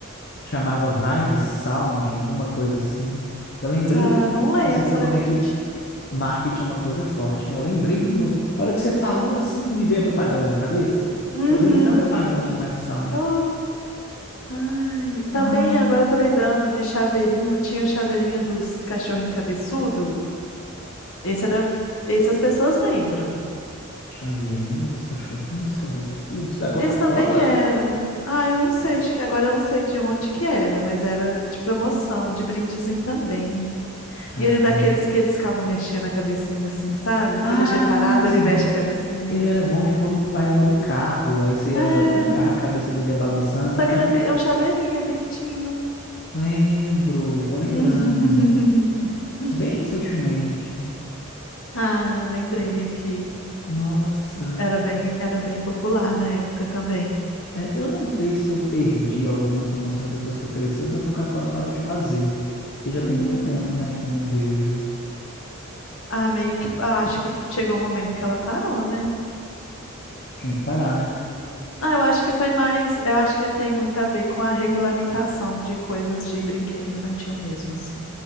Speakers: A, on the left; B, on the left.
A: Chamava Vibe Sound, alguma coisa assim. Eu lembrei,
B: Ah, não lembro,
A: pra você ver
B: só
A: como
B: lembro
A: é que
B: que tinha.
A: Marketing é uma coisa forte, né? Eu lembrei do novo. A hora que você falou assim, me veio a propaganda na cabeça.
B: Uhum.
A: Eu lembro da propaganda Vibe Sounds.
B: Oh, ai. Também
A: Ah,
B: agora eu tô lembrando de chaveirinho, tinha o chaveirinho dos cachorrinhos cabeçudo. Esse era, essas pessoas lembram.
A: chaveirinho dos cachorrinhos cabeçudos da Coca-Cola?
B: Eles também eram. Ah, eu não sei de que agora eu não sei de onde que era, mas era de promoção, de brindezinho também.
A: Ah,
B: E ele daqueles que eles ficavam mexendo a cabecinha assim, sabe? Você
A: ah,
B: deixa ele parado,
A: você
B: ele mexe
A: bo-
B: a cabecinha.
A: ele era bom de pôr no painel do carro. Aí você ia
B: É,
A: andando com o carro, a cabeça dele ia balançando,
B: só
A: né?
B: que ele é, pe- é um chaveirinho, é piquitinho.
A: Lembro, tô lembrando.
B: <laughs>
A: Bem sutilmente.
B: Ah, eu lembrei aqui.
A: Nossa.
B: Era bem, era bem popular na época também.
A: É, eu não sei se eu perdi algumas promoções depois que eu cresci ou se a Coca-Cola parou de fazer. Porque já tem
B: Hum,
A: muito tempo, né, que eu não vejo.
B: Ah, meio que, ah, acho que chegou o momento que ela parou, né?
A: Tinha que parar, né?
B: Ah, eu acho que foi mais, eu acho que tem muito a ver com a regulamentação de coisas de brinquedo infantil mesmo, assim.